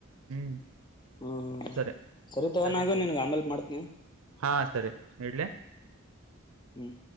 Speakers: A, on the right (about 75°); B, on the left (about 20°).
A: ಹ್ಮ್
B: ಹ್ಮ್ ಹ್ಮ್
A: ಸರಿ
B: ತಗೋ
A: ಸರಿ
B: ನಾಗು
A: ಸರಿ
B: ನಿನ್ಗ ಆಮೇಲ್ ಮಾಡ್ತನಿ
A: ಹಾ ಸರಿ ಇಡ್ಲಿ
B: ಹ್ಮ್